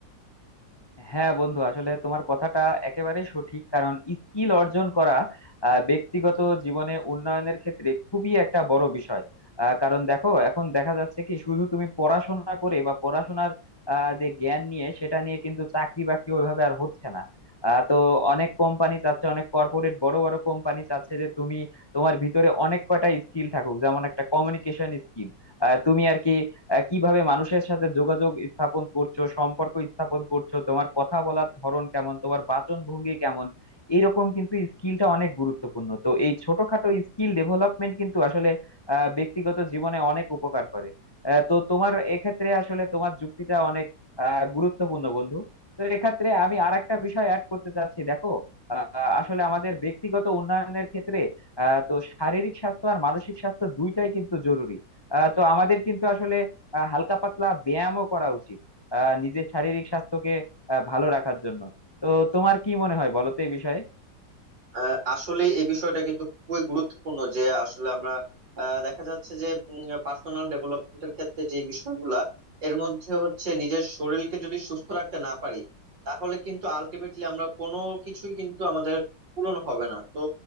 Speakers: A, on the left; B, on the right.
A: হ্যাঁ বন্ধু আসলে তোমার কথাটা একেবারে সঠিক কারণ স্কিল অর্জন করা আহ, ব্যক্তিগত জীবনে উন্নয়নের ক্ষেত্রে খুবই একটা বড় বিষয় আহ, কারণ দেখো এখন দেখা যাচ্ছে কি শুধু তুমি পড়াশোনা করে বা পড়াশোনার আহ, যে জ্ঞান নিয়ে সেটা নিয়ে কিন্তু চাকরি বাকরি ওইভাবে আর হচ্ছে না আহ, তো অনেক কোম্পানি চাচ্ছে অনেক কর্পোরেট বড় বড় কোম্পানি চাচ্ছে যে তুমি তোমার ভিতরে অনেক কয়টা স্কিল থাকুক যেমন একটা কমিউনিকেশন স্কিল তুমি আর কি আহ, কিভাবে মানুষের সাথে যোগাযোগ স্থাপন করছো সম্পর্ক স্থাপন করছো তোমার কথা বলার ধরন কেমন তোমার বাচন ভঙ্গি কেমন এরকম কিন্তু স্কিলটা অনেক গুরুত্বপূর্ণ তো এই ছোটখাটো স্কিল ডেভেলপমেন্ট কিন্তু আসলে আহ, ব্যক্তিগত জীবনে অনেক উপকার করে আহ, তো তোমার এক্ষেত্রে আসলে তোমার যুক্তিটা অনেক আহ, গুরুত্বপূর্ণ বন্ধু তো এক্ষেত্রে আমি আরেকটা বিষয় অ্যাড করতে চাচ্ছি দেখো আহ, আসলে আমাদের ব্যক্তিগত উন্নয়নের ক্ষেত্রে আহ, তো শারীরিক স্বাস্থ্য আর মানসিক স্বাস্থ্য দুইটাই কিন্তু জরুরি আহ, তো আমাদের কিন্তু আসলে আহ, হালকা পাতলা ব্যায়ামও করা উচিত আহ নিজের শারীরিক স্বাস্থ্যকে আহ, ভালো রাখার জন্য তো তোমার কি মনে হয় বলো তো এই বিষয়ে
B: আহ, আসলে এই বিষয়টা কিন্তু খুবই গুরুত্বপূর্ণ যে আসলে আমরা আহ, দেখা যাচ্ছে যে পার্সোনাল ডেভেলপমেন্টের ক্ষেত্রে যে বিষয়গুলা এর মধ্যে হচ্ছে নিজের শরীরকে যদি সুস্থ রাখতে না পারি তাহলে কিন্তু আলটিমেটলি আমরা কোনো কিছুই কিন্তু আমাদের পূরণ হবে না তো